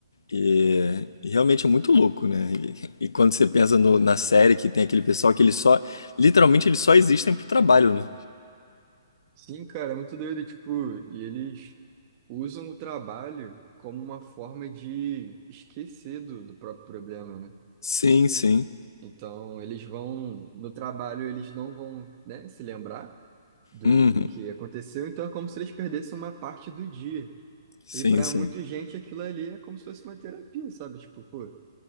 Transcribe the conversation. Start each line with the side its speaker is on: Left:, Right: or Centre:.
Left: E, e realmente é muito louco, né? E, e quando você pensa no- na série que tem aquele pessoal que eles só, literalmente eles só existem pro trabalho, né?
Right: Sim, cara, é muito doido, tipo, e eles usam o trabalho como uma forma de esquecer do, do próprio problema, né?
Left: Sim, sim.
Right: Então, eles vão, no trabalho, eles não vão, né, se lembrar do,
Left: Uhum.
Right: do que aconteceu. Então, é como se eles perdessem uma parte do dia.
Left: Sim,
Right: E para
Left: sim.
Right: muita gente, aquilo ali é como se fosse uma terapia, sabe? Tipo, pô,